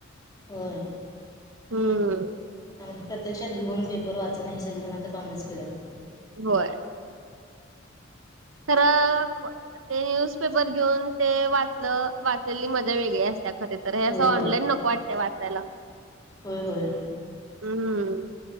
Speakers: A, on the left (about 20°); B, on the right (about 75°).
A: होय
B: हम्म
A: त्यामध्ये प्रत्यक्षात घेऊन पेपर वाचणं हे सगळे जण आता बंदच केलेत
B: होय खर ते न्यूज पेपर घेऊन ते वाच वाचलेली मजा वेगळी असतिया खर तर हे
A: होय
B: असं ऑनलाईन
A: होय
B: नको वाटतं. वाचायला.
A: होय होय.
B: हम्म.